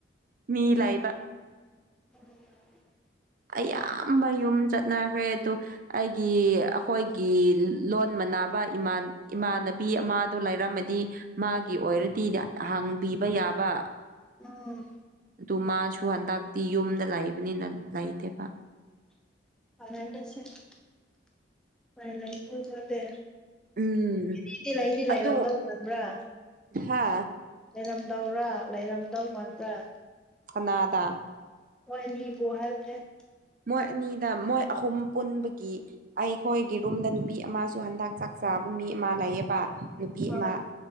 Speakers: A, on the right; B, in the centre.
A: ꯃꯤ ꯂꯩꯕ
B: <inaudible>
A: ꯑꯌꯥꯝꯕ ꯌꯨꯝ ꯆꯠꯅꯈ꯭ꯔꯦ ꯑꯗꯨ ꯑꯩꯒꯤ ꯑꯩꯈꯣꯏꯒꯤ ꯂꯣꯟ ꯃꯟꯅꯕ ꯏꯃꯥꯟꯅꯕꯤ ꯑꯃꯗꯣ ꯂꯩꯔꯝꯃꯗꯤ ꯃꯥꯒꯤ ꯑꯣꯏꯔꯗꯤ ꯍꯪꯕꯤꯕ ꯌꯥꯕ
B: ꯎꯝ
A: ꯑꯗꯨ ꯃꯥꯁꯨ ꯍꯟꯗꯛꯇꯤ ꯌꯨꯝꯗ ꯂꯩꯕꯅꯤꯅ ꯂꯩꯇꯦꯕ
B: <unintelligible> ꯎꯄꯥꯏ ꯂꯩꯇ꯭ꯔ ꯑꯗꯨꯗꯤ
A: ꯎꯝ
B: <inaudible> ꯂꯩꯗꯤ ꯂꯩꯔꯝꯗꯧ
A: ꯑꯗꯨ
B: ꯃꯟꯕꯔꯥ
A: ꯍꯥ
B: ꯂꯩꯔꯝꯗꯧꯔ ꯂꯩꯔꯝꯗꯧ ꯃꯟꯕꯔꯥ
A: ꯀꯅꯥꯗꯥ
B: ꯃꯣꯏ ꯃꯤꯕꯨ ꯍꯥꯏꯕꯅꯦ
A: ꯃꯣꯏ ꯑꯅꯤꯗ ꯃꯣꯏ ꯑꯍꯨꯝ ꯄꯨꯟꯕꯒꯤ ꯑꯩꯈꯣꯏꯒꯤ ꯔꯨꯝꯗ ꯅꯨꯄꯤ ꯑꯃꯁꯨ ꯍꯟꯗꯛ ꯆꯥꯛ ꯆꯥꯕ ꯃꯤ ꯑꯃ ꯂꯩꯌꯦꯕ ꯅꯨꯄꯤ
B: ꯍꯣꯏ
A: ꯑꯃ